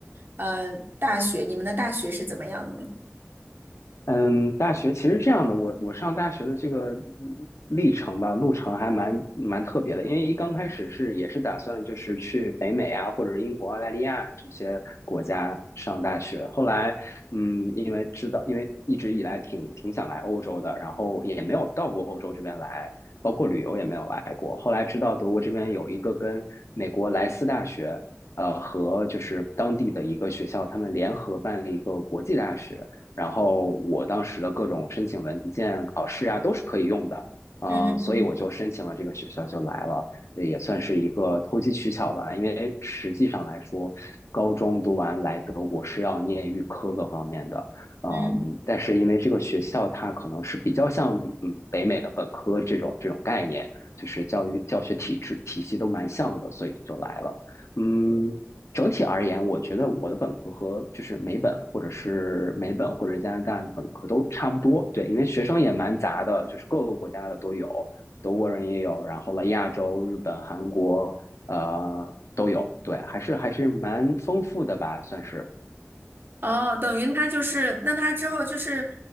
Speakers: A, on the right (about 50°); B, on the left (about 75°).
A: 呃，大学你们的大学是怎么样的呢？
B: 嗯，大学其实这样的，我我上大学的这个嗯历程吧，路程还蛮蛮特别的，因为一刚开始是也是打算就是去北美啊，或者是英国、澳大利亚这些国家上大学，后来嗯，因为知道，因为一直以来挺挺想来欧洲的，然后也没有到过欧洲这边来，包括旅游也没有来过，后来知道德国这边有一个跟美国莱斯大学。呃，和就是当地的一个学校，他们联合办了一个国际大学，然后我当时的各种申请文件、考试啊，都是可以用的，嗯、
A: 嗯嗯
B: 所以我就申请了这个学校就来了，也算是一个投机取巧吧。因为实际上来说，高中读完来德国是要念预科各方面的，嗯，
A: 嗯
B: 但是因为这个学校它可能是比较像嗯北美的本科这种这种概念，就是教育教学体制体系都蛮像的，所以就来了。嗯，整体而言，我觉得我的本科和就是美本或者是美本或者加拿大的本科都差不多。对，因为学生也蛮杂的，就是各个国家的都有，德国人也有，然后了亚洲、日本、韩国，呃，都有。对，还是还是蛮丰富的吧，算是。
A: 嗯，哦，等于他就是，那他之后就是，